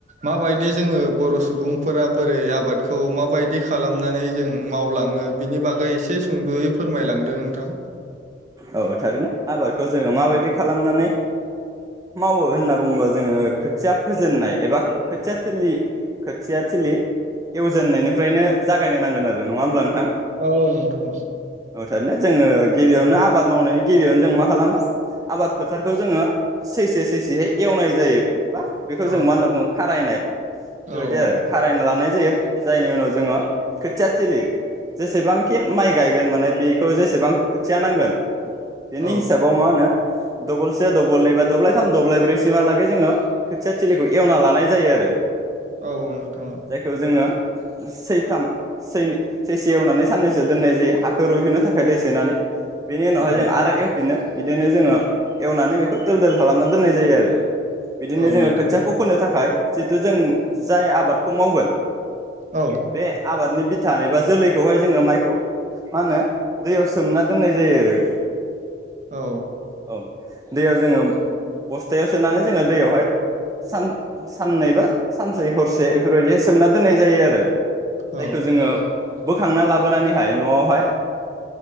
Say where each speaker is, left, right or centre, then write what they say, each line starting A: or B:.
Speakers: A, on the right; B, on the right.
A: माबायदि जोङो बर' सुबुंफोरा बोरै आबादखौ माबायदि खालामनानै जों मावलाङो बिनि बागै एसे सुंद'यै फोरमायलांदों नोंथां
B: औ थारैनो आबादखौ जोङो माबायदि
A: औ
B: खालामनानै मावो होनना बुङोब्ला जोङो खोथिया फोजेननाय एबा खोथिया थिलि खोथिया थिलि एवजेननायनिफ्रायनो जागायनो नांगोन आरो नङा होमब्लानो
A: औ नोंथां औ
B: ओरैनो जोङो गिबियावनो आ आबाद मावनायनि गिबियावनो जों मा खालामो आबाद फोथारखौ जोङो सैसे सैसेहै एवनाय जायो बा बेखौ
A: औ
B: जों मा होनना बुङो खारायनाय बेफोरबायदि
A: औ
B: आरो खारायना लानाय जायो जायनि उनाव जोङो खोथिया थिलि जेसेबांखि माइ गायगोन माने बेखौ जेसेबां खोथिया नांगोन बेनि
A: औ
B: हिसाबाव मा होनो डबल से डबल नै बा दब्लाय थाम दब्लाय ब्रैसिमहालागै जोङो खोथिया थिलिखौ एवना लानाय जायो आरो।
A: औ औ नोंथां औ।
B: जायखौ जोङो सैथाम सैसे एवनानै साननैसो दोननाय जायो हाखौ रुइहोननो थाखाय दै सोनानै बेनि उनावहाय
A: औ
B: जों आरो एवफिनो बिदिनो जोङो एवनानै बेखौ दोल दोल खालामना दोननाय जायो आरो। बिदिनो
A: औ
B: जोङो
A: नोंथां
B: खोथियाखौ फोननो थाखाय। थाखाय जिहेथु जों जाय आबादखौ मावगोन।
A: औ
B: बे आबादनि बि बा जोलैखौहाय जोङो माइखौ मा होनो दै सोमना दोन होननाय जायो आरो।
A: औ
B: औ दैयाव जोङो बस्थायाव सोनानै जोङो दैयावहायान साननै बा सानसे हरसे एफोरबायदिाय सोमना दोननाय जायो आरो।
A: औ
B: जायखौ जोङो। बोखांना लाबोनानैहाय न'आवहाय